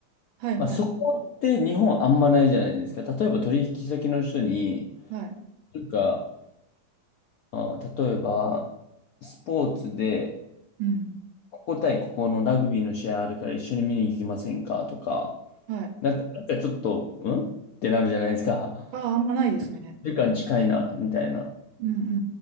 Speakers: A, on the right; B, on the left.
A: はい、
B: まあそこって日本あんまないじゃないですか。
A: はい、
B: 例えば取引先の人に、
A: はい。
B: なんか、あ、例えば、スポーツで、
A: うん、
B: ここ対ここのラグビーの試合あるから一緒に見に行きませんかとか、
A: はい。
B: なんか、なんかちょっと、んってなるじゃないですか。<laughs>
A: ああ、あんまないですね。
B: 時間近いな、みたいな。
A: うん、うん、うん、う